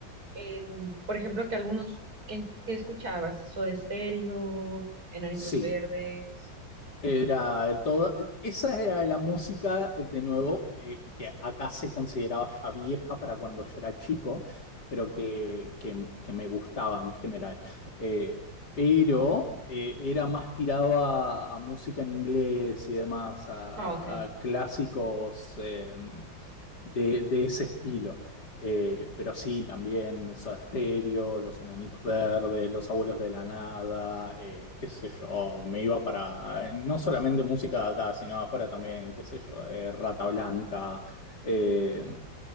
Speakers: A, on the right (about 50°); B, on the left (about 60°).
A: en- por ejemplo, que algunos que, que escuchabas, Soda Stereo, Enanitos
B: sí,
A: Verdes.
B: era toda, esa era la música, de nuevo, eh, que acá se consideraba ya vieja para cuando yo era chico, pero que, que- que me gustaba en general. Eh, pero eh, era más tirado a, a música en inglés y demás, a,
A: Ah, ok.
B: a- a clásicos eh, de, de ese estilo. Eh, pero sí, también Soda Stereo, Los Enanitos Verdes, Los Abuelos de la Nada, eh, qué sé yo, me iba para eh, no solamente música de acá, sino afuera también, qué sé yo, eh, Rata Blanca. eh,